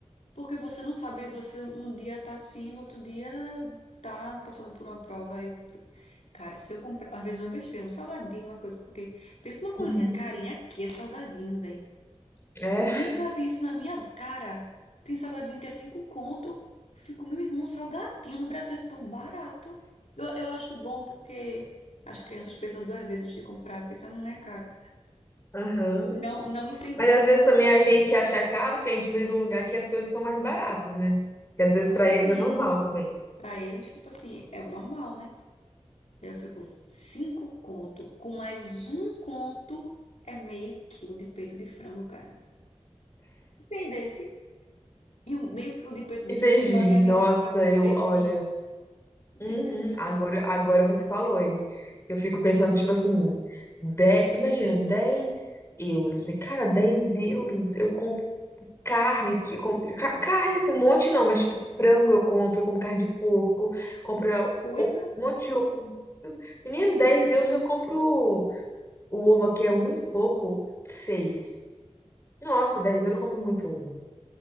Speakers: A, on the left; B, on the left.
A: Porque você não sabe, você um dia tá assim, no outro dia tá passando por uma prova. aí Eu... eu- Cara, se eu comprar, às vezes uma besteira, um salgadinho, uma coisa, porque pensa numa coisinha
B: Uhum.
A: carinha aqui, é salgadinho, velho.
B: É,
A: Eu nunca vi isso na minha cara. Tem salgadinho que é cinco conto. Fico, meu irmão, salgadinho no Brasil é tão barato. Eu, eu acho bom porque as crianças pensam duas vezes antes de comprar, pensando, não é caro.
B: aham.
A: Não, não incentiva.
B: Mas às vezes também a gente acha caro porque a gente veio de um lugar que as coisas são mais baratas, né? Que às vezes
A: Também.
B: pra eles é normal também.
A: Para eles, tipo assim, é o normal, né? Eu fico cinco conto. Com mais um conto é meio quilo de peito de frango, cara. Entendesse? E um meio quilo de peito de
B: Entendi.
A: frango vai me alimentar
B: Nossa,
A: por
B: eu,
A: três
B: olha,
A: dias. Entendeu?
B: uhum, agora, agora você falou, hein? Eu fico pensando, tipo assim, dez, imagina, dez euros, né? Cara, 10 euros, eu compro carne aqui, eu compro, ca- carne esse monte não, mas tipo frango eu compro, eu compro carne de porco, compro
A: Muita
B: ah,
A: coisa,
B: um monte de ovo. Menino, 10 euros eu compro. O ovo aqui é um e pouco, seis. Nossa, 10 euros eu compro muito ovo.